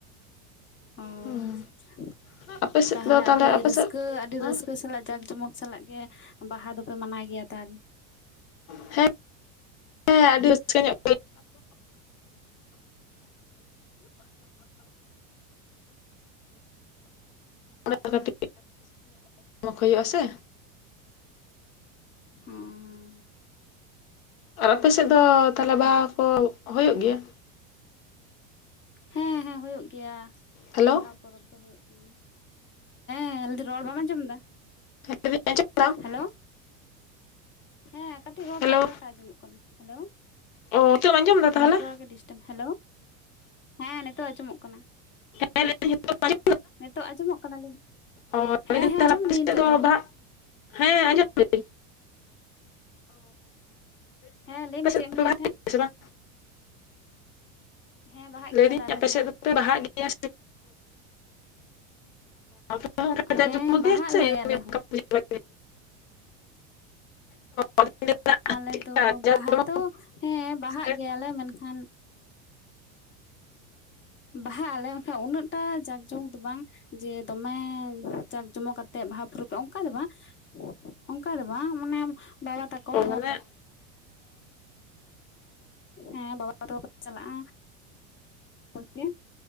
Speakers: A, on the left (about 30°); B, on the left (about 80°).
A: ᱚ
B: ᱦᱩᱸ
A: ᱟᱪᱪᱷᱟ ᱟᱪᱪᱷᱟ
B: ᱟᱯᱮ ᱥᱮᱫ
A: ᱛᱟᱦᱚᱞᱮ
B: ᱫᱚ
A: ᱟᱹᱰᱤ
B: ᱟᱯᱮ
A: ᱨᱟᱹᱥᱠᱟᱹ
B: ᱥᱮᱫ
A: ᱟᱹᱰᱤ
B: ᱦᱮᱸ
A: ᱨᱟᱹᱥᱠᱟᱹ ᱨᱟᱹᱥᱠᱟᱹ ᱥᱟᱞᱟᱜ ᱡᱟᱠ ᱡᱚᱢᱚᱠ ᱥᱟᱞᱟᱜ ᱜᱮ ᱵᱟᱦᱟ ᱫᱚᱯᱮ ᱢᱟᱱᱟᱣ ᱜᱮᱭᱟ ᱛᱟ ᱾
B: ᱦᱮᱸ ᱦᱮᱸ ᱟᱹᱰᱤ ᱨᱟᱹᱥᱠᱟᱹ ᱧᱚᱜ ᱠᱟᱹᱴᱤᱡ ᱦᱩᱭᱩᱜᱼᱟ ᱥᱮ
A: ᱦᱮᱸ
B: ᱟᱨ ᱟᱯᱮ ᱥᱮᱫ ᱫᱚ ᱛᱟᱦᱚᱞᱮ ᱵᱟᱦᱟ ᱠᱚ ᱦᱩᱭᱩᱜ ᱜᱮᱭᱟ?
A: ᱦᱮᱸ ᱦᱮᱸ ᱦᱩᱭᱩᱜ ᱜᱮᱭᱟ
B: ᱦᱮᱞᱳ
A: ᱵᱟᱦᱟ ᱯᱚᱨᱚᱵᱽ ᱫᱚ ᱦᱩᱭᱩᱜ ᱠᱟᱱᱟ ᱦᱮᱸ ᱞᱟᱹᱭ ᱨᱚᱲ ᱵᱟᱢ ᱟᱸᱡᱚᱢ ᱮᱫᱟ
B: ᱞᱟᱹᱭᱫᱟᱹᱧ
A: ᱾
B: ᱟᱸᱡᱚᱢ ᱫᱟᱢ
A: ᱦᱮᱞᱳ ᱦᱮᱸ ᱠᱟᱹᱴᱤᱡ ᱨᱚᱲ
B: ᱦᱮᱞᱳ
A: ᱠᱟᱴᱟ ᱠᱟᱴᱟ ᱟᱸᱡᱚᱢᱚᱜ ᱠᱟᱱᱟ ᱾ ᱦᱮᱞᱳ
B: ᱚ ᱱᱤᱛᱚᱜ ᱮᱢ ᱟᱸᱡᱚᱢ ᱮᱫᱟ ᱛᱟᱦᱚᱞᱮ
A: ᱱᱮᱴᱟᱨᱠᱴ ᱦᱮᱞᱳ ᱦᱮᱸ ᱱᱤᱛᱚᱜ ᱟᱸᱡᱚᱢᱚᱜ ᱠᱟᱱᱟ ᱾
B: ᱦᱮᱸ ᱞᱟᱹᱭ ᱫᱟᱹᱧ ᱟᱸᱡᱚᱢ
A: ᱱᱤᱛᱚᱜ ᱟᱸᱡᱚᱢᱚᱜ ᱠᱟᱱᱟᱞᱤᱧ
B: ᱚ
A: ᱦᱮᱸ
B: ᱞᱟᱹᱭ ᱫᱟᱹᱧ
A: ᱦᱮᱸ
B: ᱛᱟᱦᱚᱞᱮ
A: ᱟᱸᱡᱚᱢ
B: ᱟᱯᱮ
A: ᱫᱤᱧ
B: ᱥᱮᱫ
A: ᱱᱤᱛᱚᱜ ᱫᱚ ᱾
B: ᱵᱟᱦᱟ ᱦᱮᱸ ᱟᱡᱚᱢ ᱮᱫᱟᱹᱧ
A: ᱦᱮᱸ ᱞᱟᱹᱭ ᱢᱮ ᱪᱮᱫ
B: ᱫᱚᱯᱮ
A: ᱮᱢ ᱞᱟᱹᱭᱮᱫ
B: ᱵᱟᱦᱟᱜ
A: ᱛᱟᱦᱮᱱ
B: ᱜᱮᱭᱟ ᱥᱮ ᱵᱟᱝ?
A: ᱦᱮᱸ ᱵᱟᱦᱟᱜ
B: ᱞᱟᱹᱭᱫᱟᱹᱧ
A: ᱜᱮᱭᱟᱞᱮ ᱟᱞᱮ
B: ᱟᱯᱮ
A: ᱦᱚᱸ
B: ᱥᱮᱫ ᱫᱚᱯᱮ ᱵᱟᱦᱟᱜ ᱜᱮᱭᱟ? ᱵᱟᱝ ᱛᱟᱦᱞᱮ ᱡᱟᱞ
A: ᱦᱮᱸ
B: ᱡᱚᱢᱚᱠ
A: ᱵᱟᱦᱟᱜ
B: ᱜᱮ ᱥᱮ
A: ᱟᱞᱮ
B: ᱮᱢᱱᱤ
A: ᱟᱞᱮ ᱦᱚᱸ
B: ᱜᱮ ᱢᱟᱱᱟᱣᱟ ᱟᱫᱚᱧ ᱞᱟᱹᱭᱫᱟ
A: ᱟᱞᱮ
B: ᱪᱮᱫᱠᱟ
A: ᱫᱚ
B: ᱡᱟᱸᱠ
A: ᱵᱟᱦᱟ
B: ᱡᱚᱢᱚᱠ
A: ᱫᱚ ᱾ ᱦᱮᱸ ᱵᱟᱦᱟᱜ
B: ᱥᱮ
A: ᱜᱮᱭᱟ ᱞᱮ ᱢᱮᱱᱠᱷᱟᱱ ᱵᱟᱦᱟᱜ ᱟᱞᱮ ᱠᱷᱟᱱ ᱩᱱᱟᱹᱜᱴᱟ ᱡᱟᱠᱡᱳᱢᱚᱠ ᱫᱚ ᱵᱟᱝ ᱡᱮ ᱫᱚᱢᱮ ᱡᱟᱠ ᱡᱚᱢᱚ ᱠᱟᱛᱮᱫ ᱵᱟᱦᱟ ᱯᱚᱨᱚᱵᱵ ᱚᱱᱠᱟ ᱫᱚ ᱵᱟᱝ ᱚᱱᱠᱟ ᱫᱚ ᱵᱟᱝ ᱢᱟᱱᱮ ᱵᱟᱵᱟ ᱛᱟᱠᱚ
B: ᱚ
A: ᱦᱚᱸ
B: ᱢᱟᱱᱮ
A: ᱾ ᱦᱮᱸ ᱵᱟᱵᱟ ᱛᱟᱠᱚᱠᱚ ᱪᱟᱞᱟᱜ-ᱟ ᱦᱮ